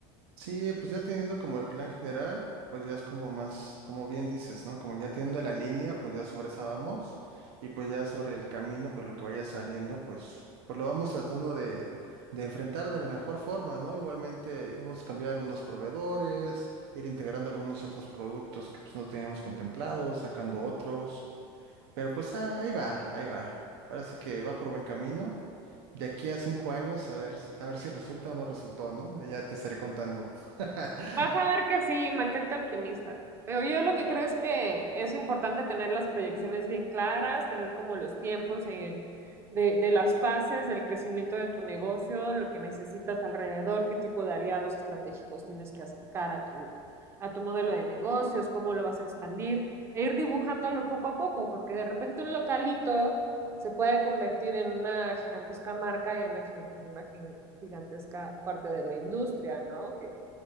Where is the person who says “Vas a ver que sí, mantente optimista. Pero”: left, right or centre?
Right